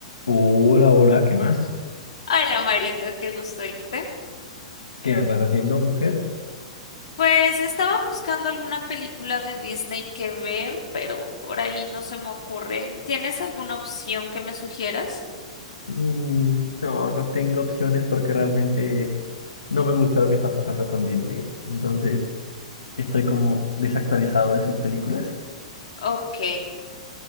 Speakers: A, on the left (about 80°); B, on the left (about 65°).
A: Hola, hola, ¿qué más?
B: Hola Marito, qué gusto irte.
A: ¿Qué andas haciendo, mujer?
B: Pues estaba buscando alguna película de Disney que ver, pero por ahí no se me ocurre. ¿Tienes alguna opción que me sugieras?
A: Mm, No, no tengo opciones porque realmente no me gusta lo que está pasando con Disney. Entonces, estoy como desactualizado de sus películas.
B: Ok.